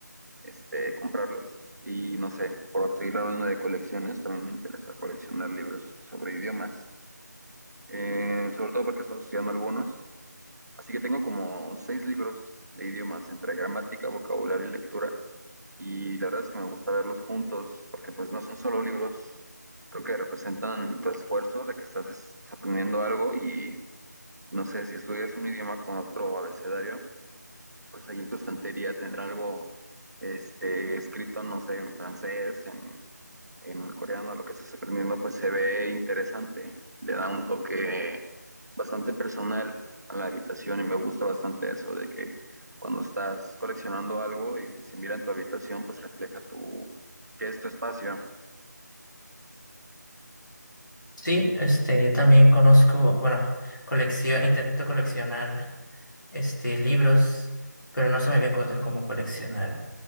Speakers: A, on the right; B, on the left.
A: este, comprarlos. Y no sé, por seguir hablando de colecciones, también me interesa coleccionar libros sobre idiomas, Eh, sobre todo porque estoy estudiando algunos. Así que tengo como seis libros de idiomas, entre gramática, vocabulario y lectura y la verdad es que me gusta verlos juntos porque pues no son solo libros, creo que representan tu esfuerzo de que estás es- aprendiendo algo y no sé, si estudias un idioma con otro abecedario, pues ahí en tu estantería tendrá algo este, escrito, no sé, en francés, en en coreano lo que estás aprendiendo, pues se ve interesante, le da un toque bastante personal a la habitación y me gusta bastante eso de que cuando estás coleccionando algo y se mira en tu habitación, pues refleja tu, que es tu espacio.
B: Sí, este, yo también conozco, bueno, colección, intento coleccionar este libros, pero no se me había ocurrido como coleccionar